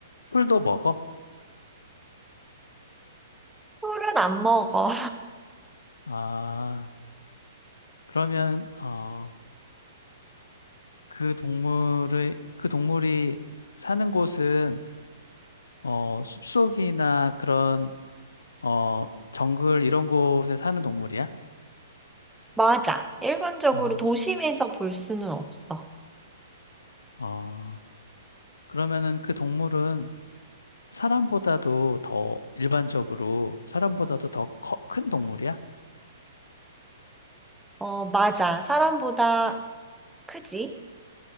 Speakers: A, on the left (about 80°); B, in the centre.
A: 풀도 먹어?
B: 털은 안 먹어.
A: 아, 그러면 어, 그 동물의 그 동물이 사는 곳은 어, 숲속이나 그런 어, 정글 이런 곳에 사는 동물이야?
B: 맞아. 일반적으로
A: 어,
B: 도심에서 볼 수는 없어.
A: 어, 그러면은 그 동물은 사람보다도 더 일반적으로 사람보다도 더 큰 동물이야?
B: 어, 맞아. 사람보다 크지?